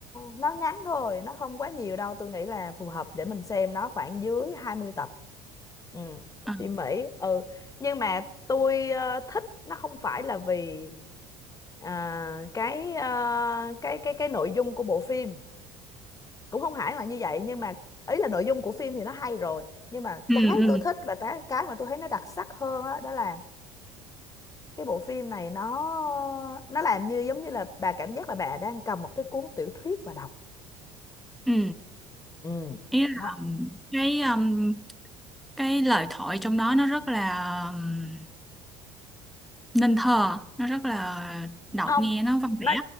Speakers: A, on the left (about 25°); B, in the centre.
A: nó ngắn thôi nó không quá nhiều đâu tôi nghĩ là phù hợp để mình xem nó khoảng dưới hai mươi tập ừ.
B: ừ
A: phim Mỹ ừ nhưng mà tôi ờ, thích nó không phải là vì à, cái ờ, cái cái cái nội dung của bộ phim cũng không hẳn là như vậy nhưng mà ý là nội dung của phim thì nó hay rồi nhưng mà
B: ừ
A: cái
B: ừ
A: tôi thích và cái cái mà tôi thấy nó đặc sắc hơn á đó, là cái bộ phim này nó nó làm như giống như là bà cảm giác là bà đang cầm một cái cuốn tiểu thuyết và đọc
B: ừ.
A: ừ
B: ý là
A: đó
B: um, cái um, cái lời thoại trong đó nó rất là um, nên thơ nó rất là đọc
A: không
B: nghe nó văn vẻ
A: nó